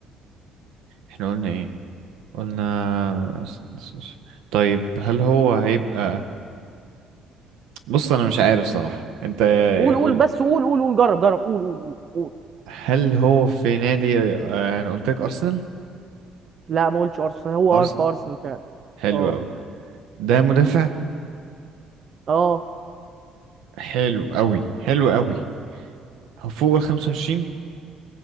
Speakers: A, on the right; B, on the right.
A: احنا قلنا ايه قلنا س- س- س- طيب هل هو هيبقى بص انا مش عارف صراحة انت
B: قول قول
A: قول
B: بس قول قول قول جرب جرب قول قول قول قول.
A: هل هو في نادي آه انا قلت لك ارسنال
B: لا ما قلتش ارسنال هو
A: ارسنال
B: ار في ارسنال فعلا
A: حلو
B: اه
A: قوي ده مدافع
B: اه
A: حلو قوي حلو قوي هو فوق ال 25